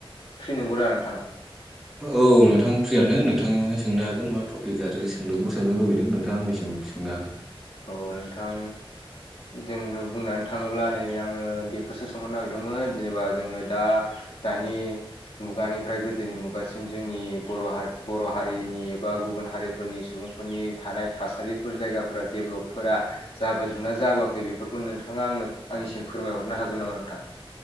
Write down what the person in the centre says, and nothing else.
औ नोंथां फ्रियानो नोंथाङा सोंनो हागोन मा टपिक आरो सोंनो सोंनो लुबैदों नोंथां आंनिसिम ओङा गोन